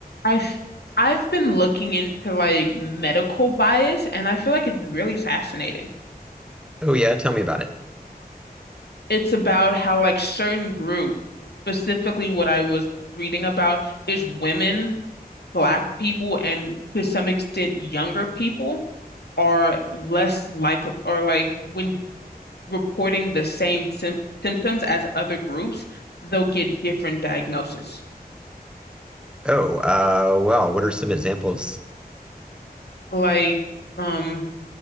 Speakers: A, on the left; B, in the centre.
A: I've I've been looking into like medical bias and I feel like it's really fascinating.
B: Oh yeah, tell me about it.
A: It's about how like certain group, specifically what I was reading about is women, black people, and to some extent younger people are less like or like when reporting the same sym symptoms as other groups, they'll get different diagnoses.
B: Oh, uh, well, what are some examples?
A: Like um